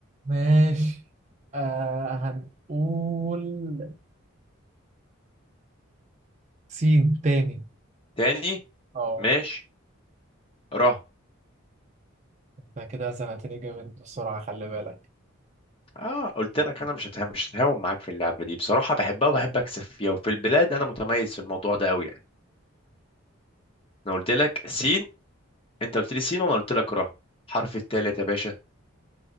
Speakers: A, on the right; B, on the left.
A: ماشي. آه هنقول سين تاني
B: تاني
A: اه
B: ماشي ر
A: انت كده زنقتني جامد بسرعة خلي بالك
B: اه قلت لك انا مش هتهم مش هتهاون معاك في اللعبه دي بصراحه بحبها وبحب اكسب فيها وفي البلاد انا متميز في الموضوع ده قوي يعني انا قلت لك سين انت قلت لي سين وانا قلت لك را حرف التالت يا باشا